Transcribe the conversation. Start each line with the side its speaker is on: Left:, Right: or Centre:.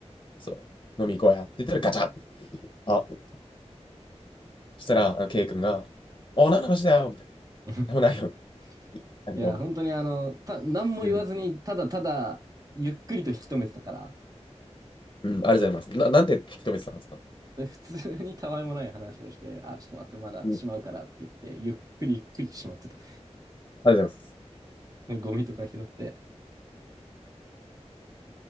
Left: そう、飲み行こうやって言ったらガチャッあ、そしたら、あのケイ君が、あ、何の話だよみたい
Right: <laughs>
Left: な。ももないよ。だけど、
Right: いや、本当にあの、た、何も言わずに、
Left: うん、
Right: ただただ、ゆっくりと引き止めてたから、
Left: うん、ありがとうございます。な、なんて引き止めてたんですか
Right: 普通にたわいもない話をして、あ、ちょっと待って、まだしまうからって言って、
Left: うん、
Right: ゆっくりゆっくりしまってた。
Left: ありがとうございます。
Right: ねゴミとか拾って。